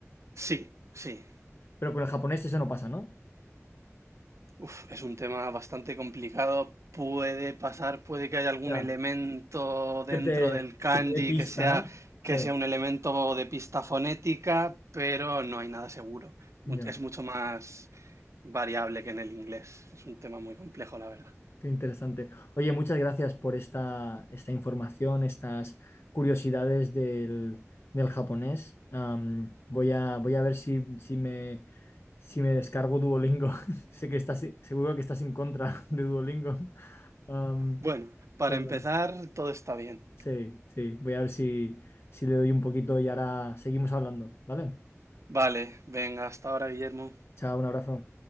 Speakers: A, on the right; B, on the left.
A: Sí, sí.
B: Pero con el japonés eso no pasa, ¿no?
A: Uf, es un tema bastante complicado. Puede pasar, puede que haya algún
B: Ya,
A: elemento dentro
B: que te,
A: del kanji
B: que te dé pista,
A: que sea,
B: ¿no? Sí,
A: que sea un elemento de pista fonética, pero no hay nada seguro. Mu-
B: ya.
A: Es mucho más variable que en el inglés. Es un tema muy complejo, la verdad.
B: Qué interesante. Oye, muchas gracias por esta, esta información, estas curiosidades del, del japonés. Am, voy a, voy a ver si, si me, si me descargo Duolingo. <laughs> Sé que estás, seguro que estás en contra <laughs> de Duolingo. Am,
A: Bueno, para
B: pero
A: empezar, todo está bien.
B: sí, sí, voy a ver si, si le doy un poquito y ahora seguimos hablando, ¿vale?
A: Vale, venga, hasta ahora, Guillermo.
B: Chao, un abrazo.